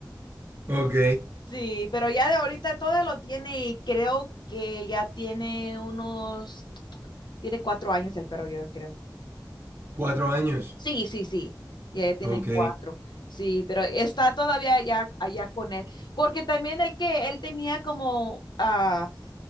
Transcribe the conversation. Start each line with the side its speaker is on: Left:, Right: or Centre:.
Right: Ok,
Left: Sí, pero ya de ahorita todo lo tiene y creo que ya tiene unos, tiene cuatro años el perro, yo creo.
Right: cuatro años.
Left: Sí, sí, sí, ya, ya tiene
Right: Ok.
Left: cuatro. Sí, pero está todavía allá, allá con él. Porque también el que él tenía como, ah,